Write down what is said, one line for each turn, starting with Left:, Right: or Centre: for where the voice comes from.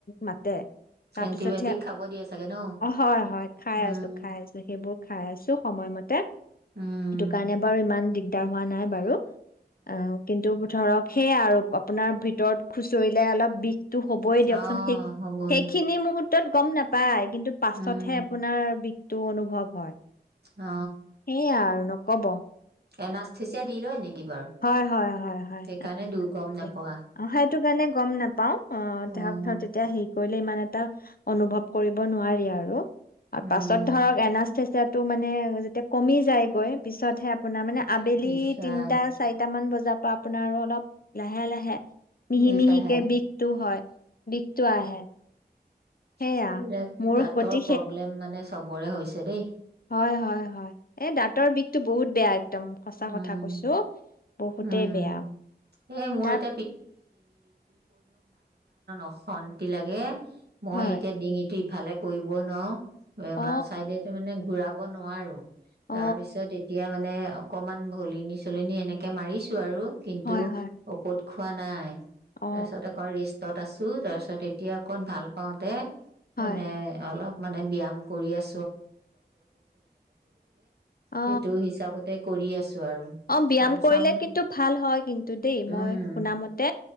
Left: মাতে। তাৰপিছতহে।
Right: এন্টিবায়টিক খাব দিয়ে চাগে ন?
Left: অ হয়, হয়। খাই
Right: উম,
Left: আছো, খাই আছো সেইবোৰ খাই আছো সময়মতে।
Right: উম,
Left: সেইটো কাৰণে বাৰু ইমান দিগ দিগদাৰ হোৱা নাই বাৰু। অ, কিন্তু ধৰক সেয়া আৰু। আপোনাৰ ভিতৰত খুচৰিলে অলপ বিষ হেটো হ'বই দিয়কচোন
Right: অ',
Left: সেই
Right: হ'বই
Left: সেইখিনি মূহত ত গম নাপায়। কিন্তু পাছতহে
Right: উম,
Left: আপোনাৰ টো অনুভৱ হয়।
Right: অ।
Left: সেইয়া আৰু নকব।
Right: এনাস্থেচিয়া দি লয় নেকি বাৰু?
Left: হয়-হয়-হয়-হয়
Right: সেইকাৰণে দু গম নোপোৱা
Left: <unintelligible> অ সেইটো কাৰণে গম নাপাও। অ
Right: অ',
Left: ধৰক তেতিয়া কৰিলে ইমান এটা অনুভৱ কৰিব নোৱাৰি আৰু। আৰু
Right: উম,
Left: পাছত ধৰক এনা টো মানে যেতিয়া কমি যায়গৈ পিছতহে আপোনাৰ মানে আবেলি
Right: বিষাই
Left: তিনটা, চাৰিটা মান বজাত। তা আপোনাৰ অলপ লাহে-লাহে মিহি-মিহিকে
Right: বিষ আহে
Left: বিষটো হয়। বিষটো আহে। সেয়া
Right: সেইবিলাক
Left: মোৰ
Right: দাঁতৰ
Left: গতি
Right: প্ৰব্লেম মানে চবৰে হৈছে দেই।
Left: হয়-হয়-হয়। এ দাঁতৰ বিষতটো বহুত বেয়া একদম। সঁচা
Right: উম!
Left: কথা কৈছো বহুতেই
Right: উম!
Left: বেয়া
Right: ইমানত
Left: তাৰ
Right: অশান্তি লাগে মই
Left: হয়।
Right: এতিয়া ডিঙীতি ভালে কৰিবই নোৱাৰো
Left: অ
Right: বাও চাইডেটো মানে ঘুৰা কব নোৱাৰোঁ
Left: অ
Right: তাৰপিছত এতিয়া মানে অকমান ভলনি চলনি এনেকে মাৰিছো আৰু কিন্তু
Left: হয় হয়
Right: ঔষধ খোৱা নাই
Left: অ
Right: তাৰপিছত আকৌ ৰিষ্টত আছো তাৰপিছত এতিয়া অকণ ভাল পাওঁ দে
Left: হয়
Right: মানে অলপ মানে ব্যায়াম
Left: অ
Right: সেইটো হিচাপতে আছো আৰু
Left: অ বিয়্যাম
Right: কাম
Left: কৰিলে
Right: চাম
Left: কিন্তু ভাল হয় কিন্তু দেই
Right: উম
Left: মই শুনা মতে